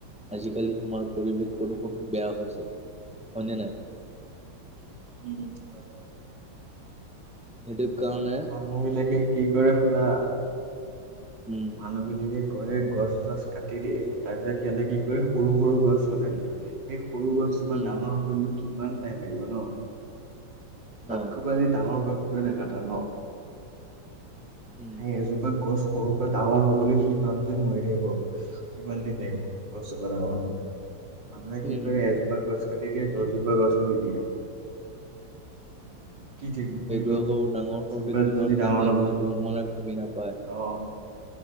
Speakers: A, in the centre; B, on the right.
A: আজিকালি আমাৰ পৰিৱেশ প্ৰদূৰ্ষণটো বেয়া হৈছে হয়নে নাই
B: উম হয়
A: সেইটো কাৰণে
B: মানুহ বিলাকে কি কৰে শুনা
A: উম,
B: মানুহবিলাকে কৰে গছ তছ কাটি দিয়ে তাৰ পিছত সিহঁতে কি কৰে সৰু সৰু গছ লগাই দিয়ে সেই সৰু গছোপা
A: উম,
B: ডাঙৰ হ গছ কিমান টাইম লাগিব ন তাতকৈ
A: অ',
B: জপ ডাঙৰ গছটোৱে নকাটা ন
A: উম,
B: সেই এজোপা গছ সৰু ডাঙৰ হবলৈ সি মানটো মৰি থাকিব ইমান দিন লিব গছজোপা ডাঙৰ হবলৈ মানুহে কি
A: উম।
B: কৰে এজোপা গছ কাটি দিয়ে দছজোপা গছ ৰুই দিয়ে কি ঠিক
A: সেইটো
B: সেই গছজোপা
A: আকৌ ডাঙৰ সৰুতে কিমান
B: যদি ডাঙৰ
A: টাইম লাগিব
B: নহয়
A: সেইটো মানে ভাবিব নাপায়
B: অ